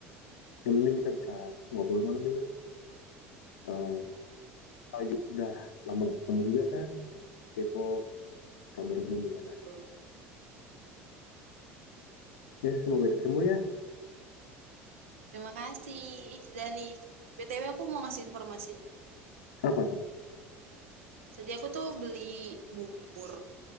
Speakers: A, on the left (about 80°); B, on the right (about 85°).
A: yang penting kita bisa ngobrol malam ini. Eh, kita ju- udah lama gak ketemu juga kan? Kepo kabarmu gimana?
B: gitu
A: Ya, semoga cepat sembuh ya.
B: terima kasih Dani BTW aku mau ngasih informasi nih
A: Apa tuh?
B: jadi aku tuh beli bubur